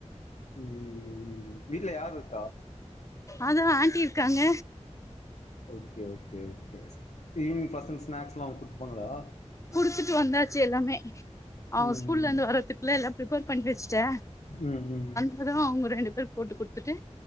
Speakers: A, on the left (about 70°); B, on the left (about 25°).
A: உம் ம் ம் வீட்ல யாருக்
B: அங்கதா ஆண்டி இருக்காங்க
A: ஓகே ஓகே ஓகே டீவி பசங்க ஸ்நாக்ஸ்லா அவுங்க கூப்ட்டுப்பாங்களா
B: குடுத்துட்டு வந்தாச்சு எல்லாமே அவ
A: ம்
B: ஸ்கூல்ல இருந்து வர்றதுக்குள்ள எல்லா ப்ரிப்பேர் பண்ணி வச்சுட்டே
A: உம் ம்
B: அதா அவங்க ரெண்டு பேர் போட்டு குடுத்துட்டு